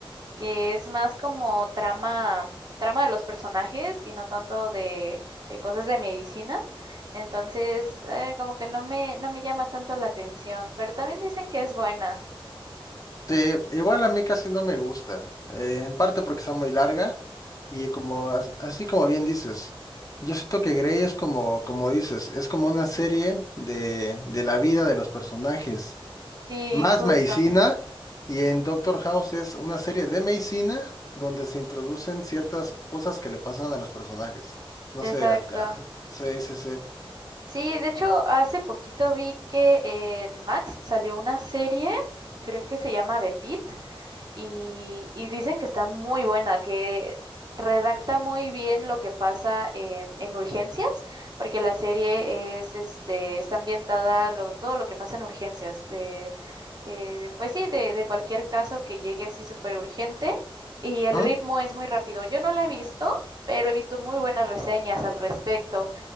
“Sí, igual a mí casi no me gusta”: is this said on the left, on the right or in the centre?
Left